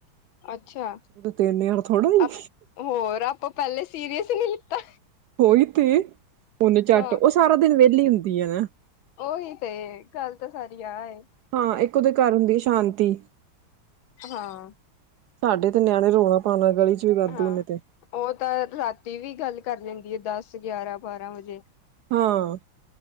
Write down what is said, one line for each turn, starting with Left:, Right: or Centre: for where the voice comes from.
Left: ਅੱਛਾ।
Right: ਉਹਦੇ ਤੇ ਇੰਨੇ ਯਾਰ ਥੋੜਾ
Left: ਆਪ
Right: ਈ
Left: ਹੋਰ ਆਪਾਂ ਪਹਿਲੇ ਸੀਰੀਅਸ ਨਹੀਂ ਲਿੱਤਾ
Right: ਹੋਈ ਤੇ। ਔ ਨਚਟ
Left: ਹਾਂ
Right: ਉਹ ਸਾਰਾ ਦਿਨ ਵਿਹਲੀ ਹੁੰਦੀ ਹੈ ਨਾ
Left: ਓਹੀ ਤੇ ਗੱਲ ਤਾਂ ਸਾਰੀ ਆ ਏ
Right: ਹਾਂ ਇੱਕ ਉਹਦੇ ਘਰ ਹੁੰਦੀ ਏ ਸ਼ਾਂਤੀ
Left: ਹਾਂ
Right: ਸਾਡੇ ਤੇ ਨਿਆਣੇ ਰੋਲਾ ਪਾਣ ਆਲੇ ਗਲੀ ਚ ਵੀ ਵਾਧੂ
Left: ਹਾਂ,
Right: ਨੇ ਤੇ
Left: ਉਹ ਤਾਂ ਰਾਤੀ ਵੀ ਗੱਲ ਕਰ ਲੈਂਦੀ ਏ ਦਸ, ਗਿਆਰਾਂ, ਬਾਰਾਂ ਵਜੇ
Right: ਹਾਂ,